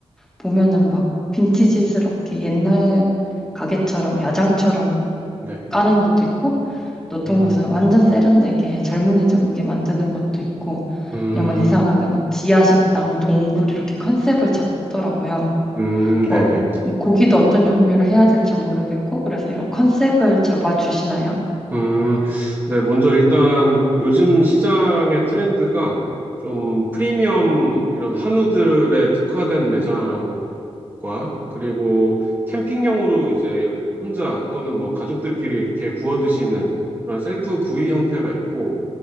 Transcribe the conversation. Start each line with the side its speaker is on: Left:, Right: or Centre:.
Centre: 보면은 막 빈티지스럽게 옛날 가게처럼 야장처럼
Right: 네,
Centre: 까는 것도 있고, 또 어떤
Right: 음,
Centre: 곳은 완전 세련되게 젊은이들 오게 만드는 것도 있고,
Right: 음,
Centre: 그냥 막 이상하게 막 지하 식당, 동굴 이렇게 컨셉을 잡더라고요.
Right: 음,
Centre: 거,
Right: 네네.
Centre: 뭐 고기도 어떤 종류를 해야 될지 모르겠고, 그래서 이런 컨셉을 잡아주시나요?
Right: 음, 네, 먼저 일단 요즘 시장의 트렌드가 좀 프리미엄 이런 한우들에 특화된 매장 과 그리고 캠핑용으로 이제 혼자 또는 뭐 가족들끼리 이렇게 구워 드시는 그런 셀프 구이 형태가 있고